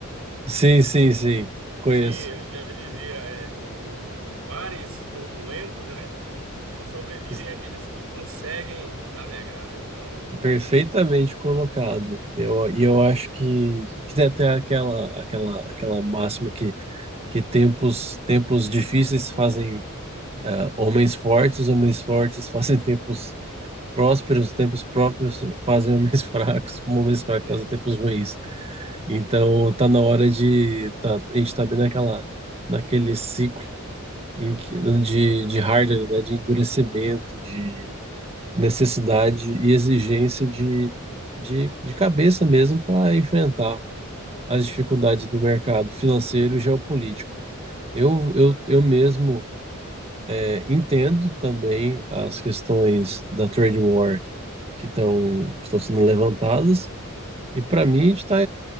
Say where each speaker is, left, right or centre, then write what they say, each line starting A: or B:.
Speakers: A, on the right; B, on the right.
A: Sim, sim, sim. Conheço.
B: Sim, ele já dizia, é, em, em- em mares turbulentos, né? Só sobrevivem
A: Es-
B: aqueles que conseguem navegar, né? Então,
A: Perfeitamente colocado. Eu, e
B: a
A: eu
B: gente
A: acho
B: tem.
A: que, que tem até aquela, aquela, aquela máxima que, que tempos, tempos difíceis fazem ah, homens fortes, homens fortes <laughs> fazem tempos prósperos, tempos próprios fazem homens <laughs> fracos, homens fracos fazem
B: Exato,
A: tempos ruins. Então tá na hora de tá- a gente tá bem naquela naquele ciclo em que de de hardware, né, de endurecimento, de necessidade e exigência de de, de cabeça mesmo para enfrentar
B: exato,
A: as
B: exato,
A: dificuldades do mercado financeiro e geopolítico. Eu,
B: exato.
A: eu, eu mesmo é, entendo também as questões da trade war que estão que estão sendo levantadas e para mim a gente está